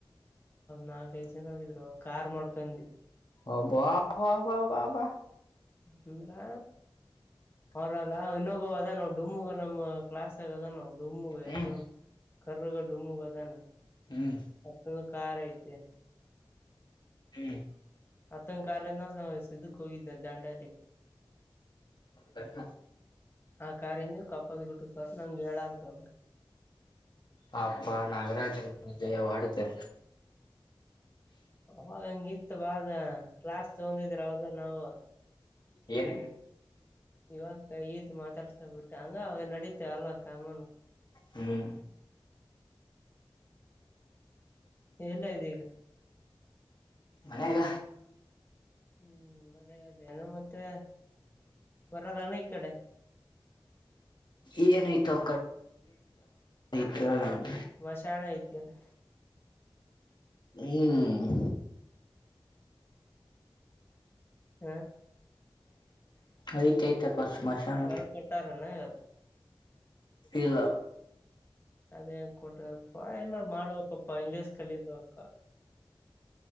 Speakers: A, on the left (about 25°); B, on the left (about 55°).
A: ನಾಲ್ಕ ಐದು ಜನೋಗಿದ್ರು ಕಾರ್ ಮಾಡ್ಕೊಂಡಿ.
B: ಅಬ್ಬಾ ಅಬ್ಬಬ್ಬಾ.
A: ಸುಂದ್ರ ಅವ್ರಲ್ಲ ಇನ್ನೊಬ ಅದ ನಾವು ಡಮುಗ ನಮ್ಮ್ ಕ್ಲಾಸ್ ಆಗ ಅದ ನಾವು ಡಮುಗ
B: ಹ್ಮ್
A: ಎಕ್ದಮ್. ಕರ್ರಗ ಡಮ್ಮುಗ ಅದಾನ
B: ಹ್ಮ್
A: ಮತ್ತೊಂದು ಕಾರ್ ಐತೆ.
B: ಹ್ಮ್
A: ಮತ್ತನ್ ಕಾರ್ಯಿಂದ ಇದು ಹೋಗಿದ್ದ ದಾಂಡೇಲಿ
B: <unintelligible>
A: ಆ ಕಾರಿಂದ <unintelligible> ಗಿಟ್ಟ ಬರ್ ನಂಗಗೆ ಹೇಳಾರ.
B: ಹಪ್ಪ ನಾಗರಾಜನ <unintelligible> ಹೊಡೆದು
A: ಅವಾಗ ಹಂಗಿತ್ತು ಬಾದ ಕ್ಲಾಸ್ ತಗೊಂಡಿದ್ರ ಅವಾಗ ನಾವು.
B: ಏನು
A: ಇವಾಗ ಈತ್ ಮಾತಾಡ್ಸಾ ಬಿಟ್ಟ ಹಂಗ ಅವಾಗ ನಡೀತೇ ಅಲ್ಲ ಕಾಮನು.
B: ಹ್ಮ್
A: ಎಲ್ಲ ಆದಿ ಈಗ.
B: ಮನೆಗ.
A: ಹ್ಮ್ ಮನೆದೇನು ಮತ್ತೆ ಬರಲ್ಲಣ ಈ ಕಡೆ.
B: ಏನಾಯ್ತೋ ಈಕಡೆ <unintelligible>
A: ವಶಾಣ ಐತಿ ಅಲ್ಲಿ
B: ಹ್ಮ್
A: ಹ
B: ಆಯ್ತ್ ಆಯ್ತಪ್ಪ ಸ್ಮಶಾನ.
A: ಹೊರಗ್ ಕೊಟ್ಟಾರನ ಇವತ್
B: ಇಲ್ಲ
A: ಅದ ಹೆಂಗ ಕೊಟ್ರ ಅಪ್ಪಾ ಏನ ಮಾಡ್ಬೇಕಪ್ಪಾ ಇಂಗ್ಲೀಷ್ ಕಲಿಬೇಕು